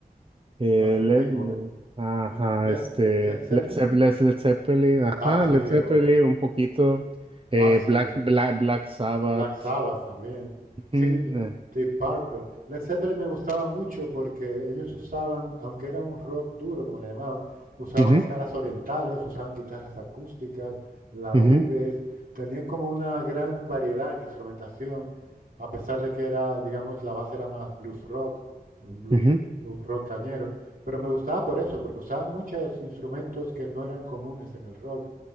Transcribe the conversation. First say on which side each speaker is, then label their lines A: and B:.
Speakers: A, on the right; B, on the right.
A: Eh,
B: más antiguo.
A: Led, ajá,
B: Led,
A: este,
B: Led Zeppelin?
A: Led Zeppelin, Led, Led Zeppelin, ajá,
B: Ah, sí,
A: Led Zeppelin,
B: oh,
A: un poquito, eh,
B: Ah, sí.
A: Black, Black, Black Sabbath,
B: Black Sabbath también. Sí,
A: ujú,
B: l-
A: eh,
B: Deep Purple. Led Zeppelin me gustaba mucho porque ellos usaban, aunque era un rock duro, como le llamaban, usaban
A: ujú,
B: escalas orientales, usaban guitarras acústicas, laúdes,
A: ujú,
B: tenían como una gran variedad en instrumentación, a pesar de que era, digamos, la base era más blues rock, un blues,
A: ujú,
B: un rock cañero. Pero me gustaba por eso, porque usaban muchos instrumentos que no eran comunes en el rock